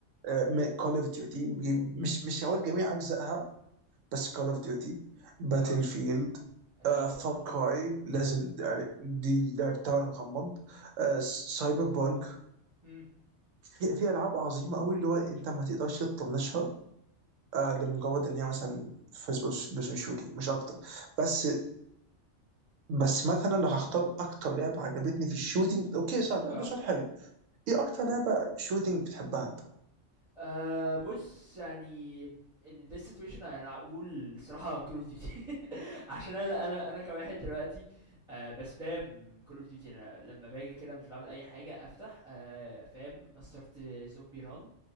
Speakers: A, on the right; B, in the centre.
A: ذم كول اوف ديوتي مش مش هقول جميع اجزائها بس كول اوف ديوتي باتل
B: اه
A: فيلد
B: اكيد طبعا
A: فار
B: اه
A: كراي لازم يعني دي اللعب بتاعنا مغمض آه، سايبر بانك
B: امم
A: في, في العاب عظيمه قوي اللي هو انت ما تقدرش تطنشها آه، لمجرد ان هي مثلا فيرست بيرسون شوتنج مش اكتر بس بس مثلا لو هختار اكتر لعبه عجبتني في الشوتنج اوكي صح ده,
B: اه
A: ده سؤال حلو ايه اكتر لعبه شوتنج بتحبها انت؟
B: آه، بص يعني in this situation انا اقول صراحة كول اوف ديوتي عشان انا انا انا كواحد دلوقتي آه بسبام كول اوف ديوتي انا لما باجي كده مش بعمل اي حاجه افتح آه فاهم مسترت زومبي ران